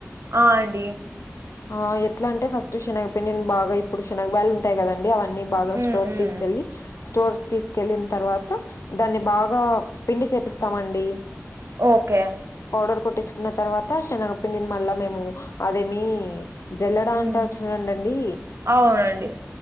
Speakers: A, on the right; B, on the left.
A: ఆ అండి
B: ఆ ఎట్లా అంటే ఫస్ట్ శనగ పిండిని బాగా ఇప్పుడు శనగ బీడలు ఉంటాయి కదండి అవ అన్నీ బాగా
A: ఉమ్
B: స్టోర్
A: ఉమ్
B: తీసుకెల్లి స్టోర్స్ తీసుకెళ్ళిన తర్వాత దాన్ని బాగా పిండి చేపిస్తామండి
A: ఓకే
B: పౌడర్ కొట్టించుకున్న తర్వాత శనగపిండిని మళ్ళా మేము అదేమి జల్లెడా
A: హ్మ్.
B: అంటారు చూడండండి
A: అవునండి.